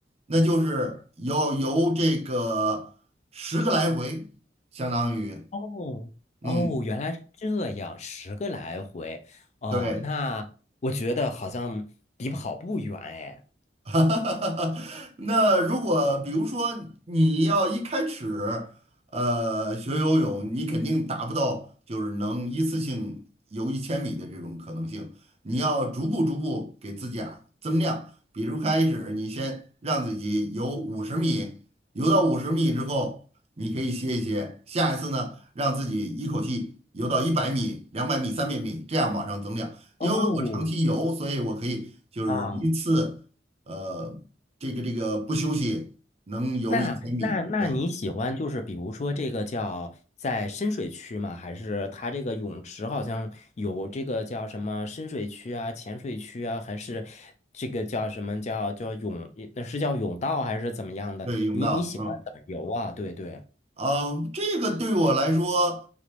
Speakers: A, on the right (about 35°); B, on the left (about 40°).
A: 那就是要游这个十个来回，相当于，
B: 哦哦，
A: 嗯，
B: 原来是这样，十个来回。哦，
A: 对。
B: 那我觉得好像离跑步远哎。
A: <laughs> 哈哈哈！哈，那如果比如说你要一开始，呃，学游泳，你肯定达不到就是能一次性游一千米的这种可能性。你要逐步逐步给自己啊增量，比如开始你先让自己游五十米，游到五十米之后，你可以歇一歇。下一次呢，让自己一口气游到一百米、两百米、三百米，这样往上增量。因为我长期游，
B: 哦
A: 所以我可以就是一次。
B: 啊。
A: 呃，这个这个不休息能游一千米，
B: 那那那你喜欢就是比如说这个叫在深水区吗？
A: 对
B: 还是它这个泳池好像有这个叫什么深水区啊、浅水区啊，还是这个叫什么叫叫泳？那是叫泳道还是怎么样的？
A: 对，泳道，
B: 你你喜欢怎么游啊？
A: 嗯。
B: 对对。
A: 啊，这个对我来说，